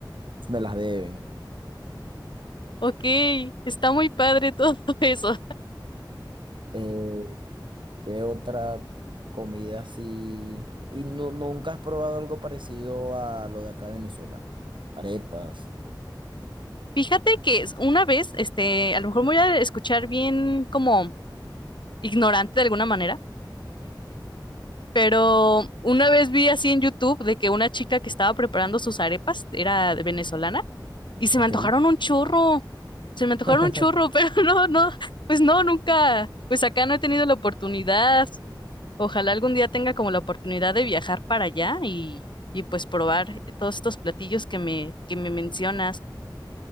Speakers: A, on the right; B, on the left.
A: Me las deben.
B: Ok, está muy padre todo <laughs> eso.
A: Eh, ¿qué otra comida así? Y no, nunca has probado algo parecido a lo de acá de Venezuela. Arepas.
B: Fíjate que es- una vez, este, a lo mejor me voy a escuchar bien como ignorante de alguna manera, pero una vez vi así en YouTube de que una chica que estaba preparando sus arepas, era de venezolana, y se
A: Ok.
B: me antojaron un churro, se me antojaron
A: <laughs>
B: un churro, <laughs> pero no, no, pues no, nunca, pues acá no he tenido la oportunidad. Ojalá algún día tenga como la oportunidad de viajar para allá y, y pues probar todos estos platillos que me, que me mencionas.